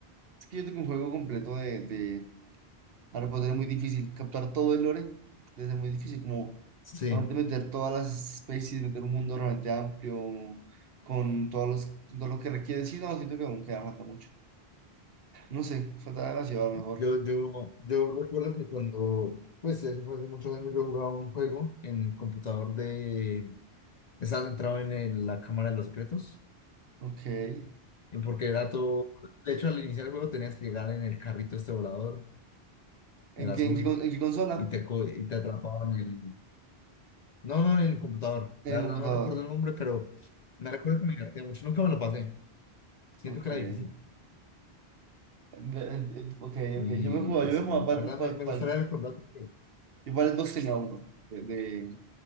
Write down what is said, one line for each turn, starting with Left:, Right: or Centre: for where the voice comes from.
Right: es que yo tengo un juego completo de, de, Harry Potter es muy difícil captar todo el lore, entonces es muy difícil como
Left: Sí,
Right: realmente meter todas las especies, meter un mundo realmente amplio, con todos los, todo lo que requiere. Sí, no, siento que aún queda falta mucho. No sé, falta demasiado a lo mejor.
Left: yo, yo, yo recuerdo que cuando, pues, eso fue hace muchos años, yo jugaba un juego en computador de. Estaba entrado en el- la Cámara de los Secretos.
Right: Ok. ¿En
Left: Porque era todo. De hecho, al iniciar el juego tenías que llegar en el carrito este volador,
Right: qué,
Left: el azul,
Right: en qué, con- en qué consola?
Left: y te, co- y te atrapaban en el. No, no, en el computador.
Right: En
Left: La
Right: el
Left: verdad
Right: computador.
Left: no recuerdo el nombre, pero me recuerdo que me divertía mucho. Nunca me lo pasé. Siento
Right: Ok.
Left: que era
Right: Ve-
Left: difícil.
Right: en- Ok,
Left: Y,
Right: ok. Yo me jugaba, yo
Left: y sí,
Right: me jugaba para,
Left: la verdad
Right: para,
Left: me, me
Right: para,
Left: gustaría recordar. porque-
Right: yo para el Xbox tenía uno de,